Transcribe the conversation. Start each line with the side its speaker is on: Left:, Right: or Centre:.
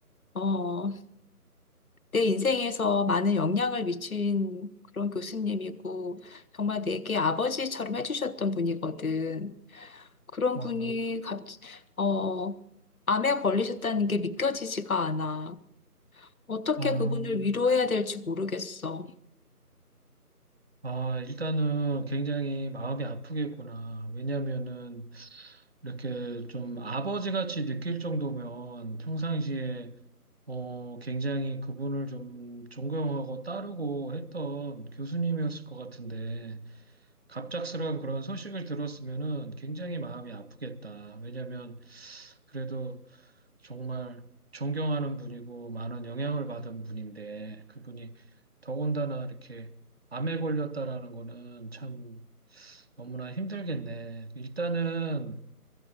Left: 어, 내 인생에서 많은 영향을 미친 그런 교수님이고, 정말 내게 아버지처럼 해주셨던 분이거든. 그런
Right: 와,
Left: 분이 갑, 어, 암에 걸리셨다는 게 믿겨지지가 않아. 어떻게
Right: 아,
Left: 그분을 위로해야 될지 모르겠어.
Right: 아, 일단은 굉장히 마음이 아프겠구나. 왜냐면은 이렇게 좀 아버지 같이 느낄 정도면 평상시에 어, 굉장히 그분을 좀 존경하고 따르고 했던 교수님이었을 것 같은데 갑작스러운 그런 소식을 들었으면은 굉장히 마음이 아프겠다. 왜냐면 그래도 정말 존경하는 분이고 많은 영향을 받은 분인데 그분이 더군다나 이렇게 암에 걸렸다라는 거는 참 너무나 힘들겠네. 일단은